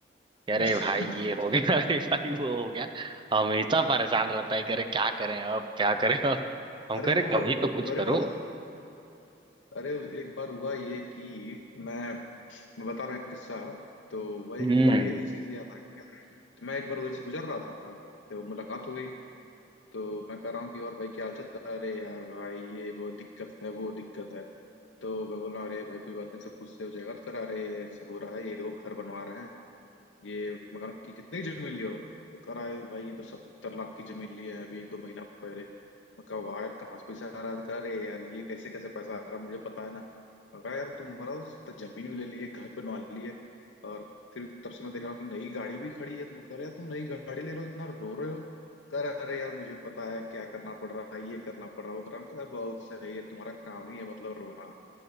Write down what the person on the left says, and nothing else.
<laughs>
अरे
वो
अरे
वो अरे उस- एक बार हुआ ये कि मैं मैं बता रहा हूँ एक किस्सा तो हुआ ये
कि मैं भी इसी से याद आ गया तो मैं एक बार उधर से गुजर रहा था तो मुलाकात हो गई तो मैं कह रहा हूँ कि और भाई क्या हाल चाल कर अरे यार भाई ये बहुत दिक्कत है वो दिक्कत है तो मैं बोल रहा हूँ अरे भाई कोई बात नहीं सब कुछ से हो जाएगा तो करा रहे हो रहा है ये लोग घर बनवा रहे हैं ये मगर कि कितनी जमीन लियो तो कह रहा है भाई ये तो सत्तर लाख की जमीन ली है अभी एक दो महीना पहले मैं कहा वाह यार कहाँ से पैसा आ रहा है तो कह रहे यार ये कैसे कैसे पैसा आ रहा है मुझे पता है ना मैं कहा यार तुम मराओ तो जमीन भी ले लिए घर बनवा लिए और फिर तब से मैं देख रहा हूँ कि नई गाड़ी भी खड़ी है तुम कह रहे यार तुम नई गाड़ी ले रहे हो इतना रो रहे हो कह रहे अरे यार मुझे पता है क्या करना पड़ रहा है ये करना पड़ रहा है वो कर रहा है मैं कहा, बहुत सही है तुम्हारा काम ही है मतलब रोना